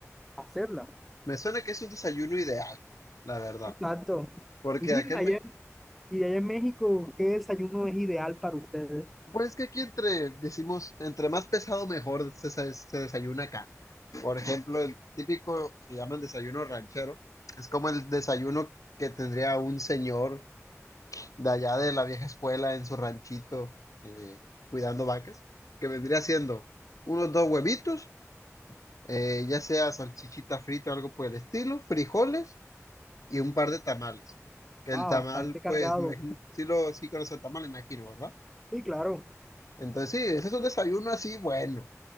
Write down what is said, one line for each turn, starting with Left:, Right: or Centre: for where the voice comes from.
Centre: hacerla.
Left: Me suena que es un desayuno ideal, la verdad.
Centre: Exacto.
Left: Porque
Centre: Y dime,
Left: acá en México,
Centre: Y allá en México, ¿qué desayuno es ideal para ustedes?
Left: pues es que aquí entre, decimos, entre más pesado mejor se, se- se desayuna acá. Por ejemplo, el típico que llaman desayuno ranchero, es como el desayuno que tendría un señor de allá de la vieja escuela en su ranchito eh, cuidando vacas, que vendría siendo unos dos huevitos, eh, ya sea salchichita frita o algo por el estilo, frijoles y un par de tamales. Que
Centre: Ah,
Left: el tamal,
Centre: bastante cargado.
Left: pues, me imagino- sí lo, sí conoce el tamal, imagino, ¿verdad?
Centre: Sí, claro.
Left: Entonces, sí, ese es un desayuno así bueno.